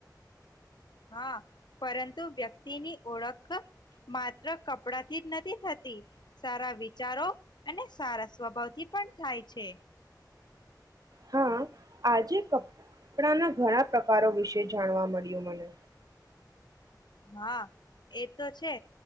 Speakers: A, on the left; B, on the right.
A: હા પરંતુ વ્યક્તિની ઓળખ માત્ર કપડાથી જ નથી થતી સારા વિચારો અને સારા સ્વભાવથી પણ થાય છે.
B: હા આજે કપડાંના ઘણા પ્રકારો વિશે જાણવા મળ્યું મને.
A: હા એ તો છે